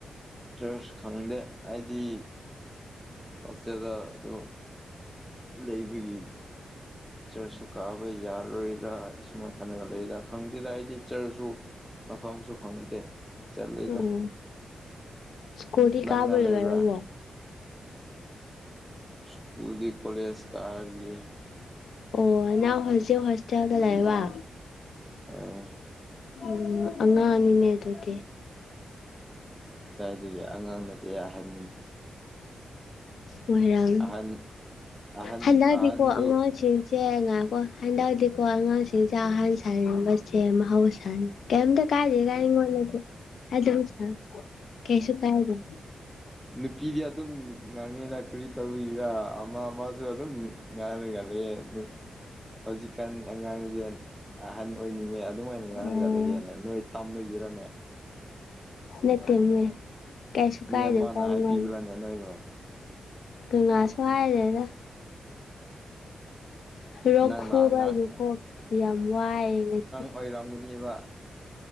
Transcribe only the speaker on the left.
ꯎꯝ
ꯎꯝ ꯁꯀꯣꯗꯤ
ꯀꯥꯕꯨꯕꯕꯣ
ꯑꯣ ꯅꯅꯥ ꯍꯧꯖꯤꯛ ꯍꯣꯁꯇꯦꯜꯗ ꯂꯑ ꯋꯥ
ꯎ ꯑꯉꯅꯤꯅꯦꯦ ꯑꯗꯨꯗꯗꯤꯦ
ꯃꯣꯏꯔꯥꯡꯝ
ꯍꯜꯂꯛꯑꯗꯤꯀꯣ
ꯑꯉꯁꯦ ꯏ ꯆꯦ ꯉꯥꯏꯀꯣ ꯍꯟꯗꯛꯇꯗꯤꯀꯣ ꯑꯉꯥꯡꯁꯤꯡ ꯆꯥꯛ ꯍꯟ ꯁꯕꯁꯦ ꯃꯍꯧꯁꯥꯅꯤ ꯀꯝ ꯇ ꯀꯥꯏꯗꯦ ꯀꯥꯏ ꯋꯥꯅꯦꯗ ꯁꯥ ꯀꯩꯁꯨ ꯀꯥꯏꯗꯦ
ꯎꯝ
ꯅ ꯃꯃꯦ ꯀꯁꯨꯨ
ꯀꯥꯏꯗꯦ
ꯄ
ꯃ
ꯉ ꯁꯍꯏꯗꯗ ꯔꯣꯛ
ꯈꯨꯨꯕ
ꯍꯥꯏꯒꯤꯀꯣꯛꯗꯤ ꯌꯥꯝ ꯋꯥꯏꯑ ꯉꯁꯤ